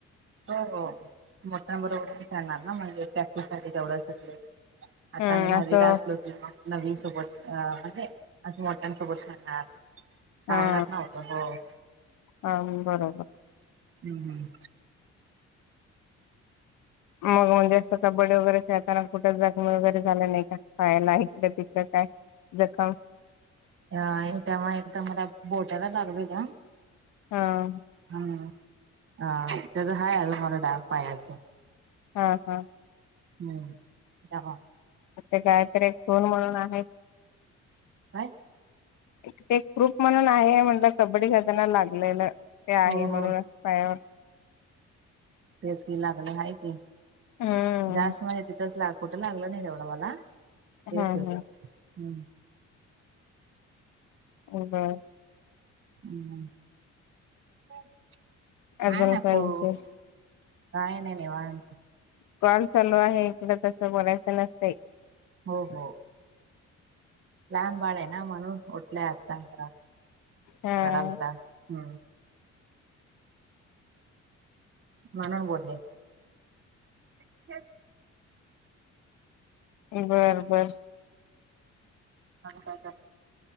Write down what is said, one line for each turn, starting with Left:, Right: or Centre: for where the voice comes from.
Right: हो मोठ्यां बरोबर पण खळणार ना म्हणजे प्रॅक्टिस साठी जवढं असेल आता
Left: हम्म
Right: आम्ही दहावीला
Left: असं
Right: असलो नवी सोबत अ म्हणजे अस मोठ्यांसोबत खळणार लावणार
Left: हा
Right: ना हो. हो हो.
Left: हा बरोबर.
Right: हम्म हम्म.
Left: मग म्हणजे असं कबड्डी वगैरे खेळताना कुठेच जखमी वगैरे झाले नाही का पायाला इकडं तिकडं काय? <unintelligible>
Right: अ तेव्हा एकदा मला बोटाला लागल का.
Left: हा.
Right: हा हा त्याच हाय अजुन मला डाग पायाच.
Left: हा हा.
Right: हम्म. <unintelligible>
Left: अ ते कायतर एक खून म्हणून आहे.
Right: काय?
Left: एक ते प्रूफ म्हणून आहे म्हटलं कबड्डी खेताना लागलेलं ते
Right: हो
Left: आहे म्हणून.
Right: हो
Left: पायावर.
Right: तेच की लागलं आहे की
Left: हम्म
Right: जास्त मजे तिथंच लाग कुठ लागल नाही तेवढं मला तेच
Left: हा
Right: एक
Left: हा
Right: हम्म.
Left: हम्म हम्म.
Right: हम्म. <unintelligible>
Left: अजून काय विशेष
Right: काय नाही निवांत.
Left: कॉल चालू आहे इकड तसं बोलायचं नसतंय.
Right: हो हो. लहान बाळयेना म्हणून उठलाय आता जरा
Left: हा
Right: रडालता हम्म. मला बोलले. <inaudible>
Left: बर बर.
Right: अजून काय कर.